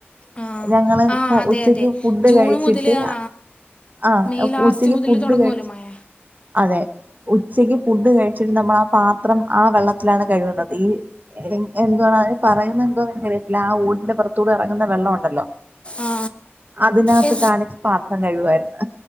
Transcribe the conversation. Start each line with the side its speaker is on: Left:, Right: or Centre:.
Left: ആ
Right: ഞങ്ങള്
Left: ആ അതെ
Right: ഉച്ചക്ക്
Left: അതെ
Right: ഫുഡ്
Left: ജൂൺ
Right: കഴിച്ചിട്ട്
Left: മുതൽ ആ
Right: ആഹ്
Left: മെയ് ലാസ്റ്റ്
Right: ഉച്ചക്ക്ഫുഡ്കഴി
Left: മുതൽ തുടങ്ങുമല്ലോ മഴ
Right: അതെ ഉച്ചയ്ക്ക് ഫുഡ് കഴിച്ചിട്ട് നമ്മള് ആഹ് പാത്രം ആഹ് വെള്ളത്തിലാണ് കഴ്ക്ന്നത് ഈ <unintelligible> എന്തുവാണ് അതിന് പറയുന്നഎന്തോന്ന് എനിക്ക് അറിയത്തില്ല ആ ഓടിന്റെ പൊറത്തൂടെ എറങ്ങുന്ന വെള്ളം ഒണ്ടല്ലോ
Left: ആ
Right: അതിനകത്ത്
Left: എ
Right: കാണിച്ച് പാത്രം കഴ്കുവാരുന്നു